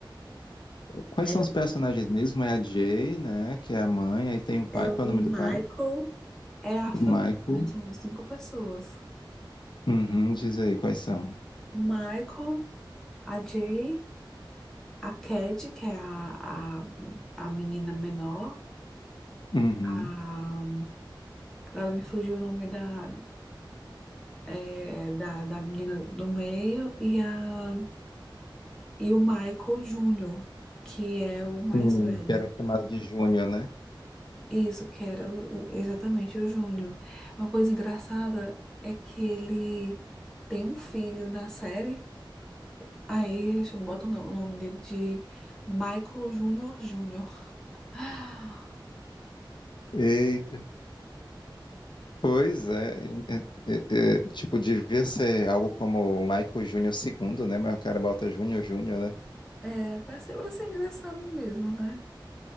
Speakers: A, on the left (about 65°); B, in the centre.
A: Quais
B: É,
A: são os personagens mesmo? É a Jay, né? Que é a mãe. Aí tem o pai.
B: é o
A: Qual é o nome
B: Michael,
A: do pai?
B: é a
A: O
B: família,
A: Michael.
B: né? São cinco pessoas.
A: Uhum, diz aí quais são.
B: Michael, a Jay, a Cad, que é a, a, a menina menor.
A: Uhum.
B: A, agora me fugiu o nome da, é, da, da menina do meio. E, a, e o Michael Jr., que é o mais
A: Sim,
B: velho.
A: que era chamado de Júnior, né?
B: Isso, que era o- o- exatamente o Júnior. Uma coisa engraçada é que ele tem um filho na série, aí bota o no- o nome dele de Michael Júnior Júnior. Ah, <laughs>
A: Eita. Pois é, é, é, é, Tipo, devia ser algo como Michael Júnior II, né? Mas o cara bota Júnior Júnior, né?
B: É, pra ser, pra ser engraçado mesmo, né?